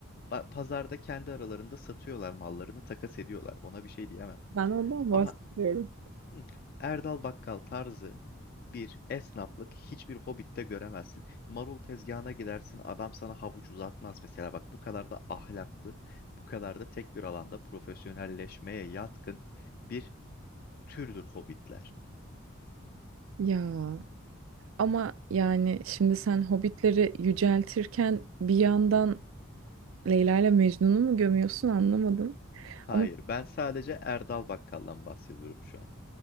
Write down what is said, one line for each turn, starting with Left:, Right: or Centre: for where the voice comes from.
Left: Ba- Pazarda kendi aralarında satıyorlar mallarını, takas ediyorlar. Ona bir şey diyemem.
Right: Ben ondan bahsediyorum.
Left: Ama hı, Erdal Bakkal tarzı bir esnaflık hiçbir Hobbit'te göremezsin. Marul tezgahına gidersin, adam sana havuç uzatmaz mesela. Bak bu kadar da ahlaklı, bu kadar da tek bir alanda profesyonelleşmeye yatkın bir türdür Hobbitler.
Right: Ya ama yani şimdi sen hobbitleri yüceltirken bir yandan Leyla ile Mecnun'u mu gömüyorsun anlamadım.
Left: Hayır,
Right: Ama
Left: ben sadece Erdal Bakkal'dan bahsediyorum şu an.